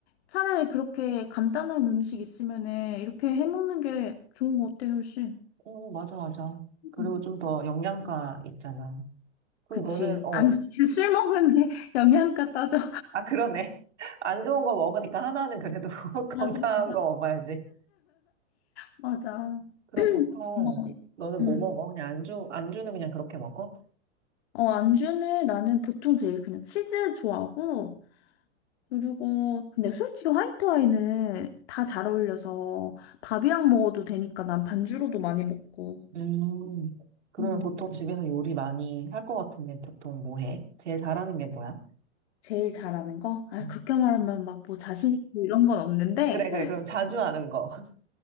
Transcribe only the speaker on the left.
차라리 그렇게 간단한 음식 있으면은 이렇게 해먹는 게 좋은 거 어때 훨씬?
음.
그치.
아니 <laughs> 술 먹는데 영양가 따져.
<laughs> 맞아.
맞아.
고마워.
응.
어, 안주는 나는 보통 제일 그냥 치즈 좋아하고, 그리고 근데 솔직히 화이트 와인은 다 잘 어울려서 밥이랑 먹어도 되니까 난 반주로도 많이 먹고
음.
제일 잘하는 거? 아
그렇게 말하면 막 뭐 자신 있고 이런 건 없는데
<laughs>